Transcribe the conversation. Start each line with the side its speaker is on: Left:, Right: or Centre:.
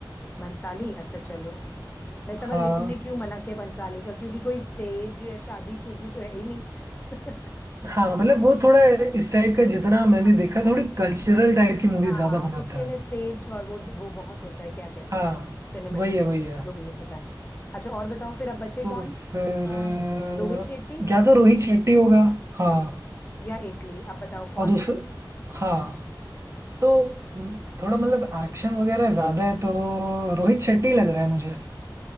Left: भंसाली अच्छा चलो मैं समझ
Right: हाँ
Left: गई तुमने क्यों मना किया भंसाली का क्योंकि कोई स्टेज या शादी शुदी तो है ही नहीं <laughs>
Right: हाँ मतलब वो थोड़ा इस टाइप का जितना मैंने
Left: हाँ
Right: देखा
Left: हाँ
Right: थोड़ी कल्चरल टाइप की मूवीज
Left: हाँ,
Right: ज्यादा बनाता
Left: उसके में
Right: है
Left: स्टेज और वो वो बहुत होता है क्या कहते
Right: हाँ
Left: हैं सिनेमेटोग्राफी
Right: वही है वही है
Left: जो भी है पता नहीं अच्छा और बताओ फिर अब बचे कौन
Right: तो फिर
Left: आ,
Right: अ,
Left: रोहित शेट्टी
Right: या तो रोहित शेट्टी होगा हाँ
Left: हम्म या इटली अब बताओ कौन
Right: और दूसरा हाँ तो म, थोड़ा मतलब एक्शन वगैरह ज्यादा है तो रोहित शेट्टी लग रहा है मुझे